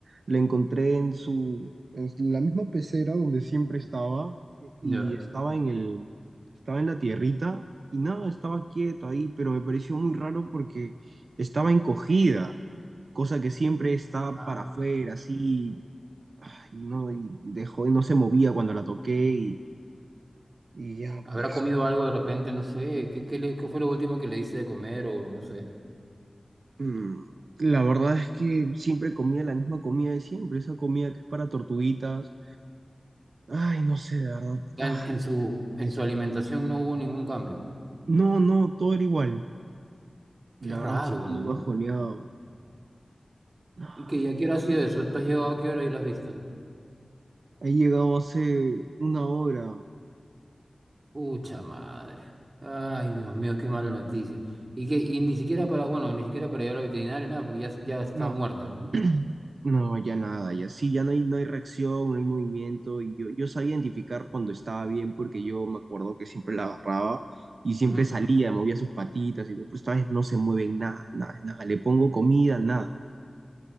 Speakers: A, on the right; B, on the right.
A: la encontré en su, en la misma pecera donde siempre estaba eh, y
B: Ya.
A: estaba en el, estaba en la tierrita y nada, estaba quieto ahí, pero me pareció muy raro porque estaba encogida, cosa que siempre está
B: Ah,
A: para afuera, así, ay, no, y dejó, no se movía cuando la toqué y, y ya,
B: ¿habrá
A: pues.
B: comido algo de repente? No sé. ¿Qué, qué le- qué fue lo último que le hice de comer o no sé?
A: Mm, La verdad es que siempre comía la misma comida de siempre, esa comida que es para tortuguitas. Ay, no sé, de verdad.
B: Ya
A: Ah,
B: en, en su, en su alimentación no hubo ningún cambio.
A: no, no, todo era igual. La
B: Qué raro,
A: verdad me siento
B: ¿no?
A: muy bajoneado. Ah,
B: ¿Y que ya qué hora ha sido eso? ¿Tú has llegado a qué hora y lo has visto?
A: He llegado hace una hora.
B: Pucha madre. Ay, Dios mío, qué mala noticia. Y que, y ni siquiera para, bueno, ni siquiera para llevar al veterinario, nada, porque ya, ya está
A: No,
B: muerto, ¿no?
A: <clears throat> no, ya nada, ya sí, ya no hay, no hay reacción, no hay movimiento. Y yo, yo sabía identificar cuando estaba bien porque yo me acuerdo que siempre la agarraba y siempre
B: Ujú.
A: salía, movía sus patitas y todo, pero esta vez no se mueven nada, nada, nada. Le pongo comida, nada.